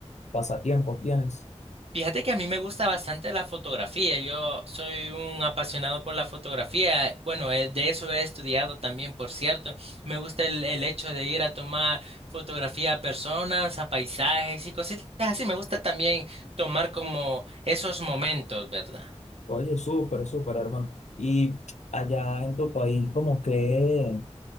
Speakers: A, on the left; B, on the right.
A: pasatiempos tienes?
B: Fíjate que a mí me gusta bastante la fotografía. Yo soy un apasionado por la fotografía. Bueno, eh, de eso he estudiado también, por cierto. Me gusta el, el hecho de ir a tomar fotografía a personas, a paisajes y cositas así. Me gusta también tomar como esos momentos, ¿verdad?
A: Oye, súper, súper, hermano. Y allá en tu país, como que...